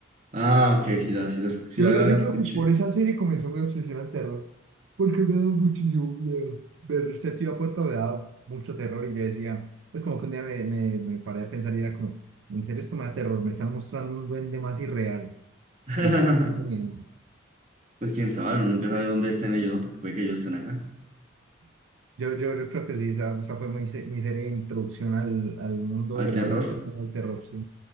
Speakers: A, on the right; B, on the right.
A: Ah, ok, sí la, sí la, sí
B: Yo
A: la
B: creo, yo
A: escuché.
B: creo que por esa serie comenzó mi obsesión al terror, porque me daba muchísimo miedo. Ver Séptima Puerta me daba mucho terror y yo decía, pues como que un día me, me, me paré a pensar y era como, en serio esto me da terror, me están mostrando un duende más irreal
A: <laughs>
B: y esto me está dando miedo.
A: Pues quién sabe, uno nunca sabe dónde estén ellos, ¿no? Porque puede que ellos estén acá,
B: Yo, yo, yo creo que sí, esa, esa fue mi, se- mi serie de introducción al, al mundo
A: al
B: del
A: terror.
B: amor que tengo al terror, sí.